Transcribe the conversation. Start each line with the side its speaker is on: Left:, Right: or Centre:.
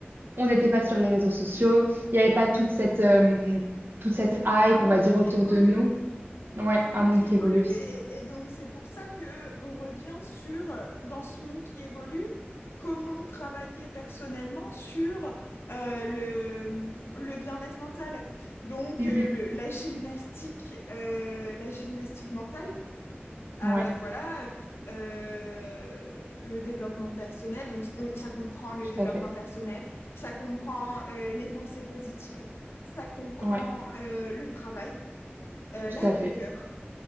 Right: on n'était pas sur les réseaux sociaux, il n'y avait pas toute cette, euh, toute cette
Left: oui, donc
Right: hype,
Left: un
Right: on
Left: monde
Right: va dire,
Left: qui
Right: autour
Left: évolue,
Right: de nous. Ouais,
Left: un monde
Right: un monde
Left: qui
Right: qui
Left: évolue,
Right: évolue aussi.
Left: et, et donc c'est pour ça que on revient sur euh, dans ce monde qui évolue, comment travailler personnellement sur euh, le, le bien-être mental. Donc
Right: Mm,
Left: euh, le- la gymnastique, euh, la gymnastique mentale. à,
Right: mm. Ouais,
Left: euh, voilà, euh, le développement personnel. Donc, on- ça comprend le
Right: tout
Left: développement
Right: à fait.
Left: personnel, ça comprend euh, les pensées positives, ça comprend
Right: Ouais,
Left: euh, le travail, euh,
Right: tout
Left: la
Right: à
Left: rigueur,
Right: fait.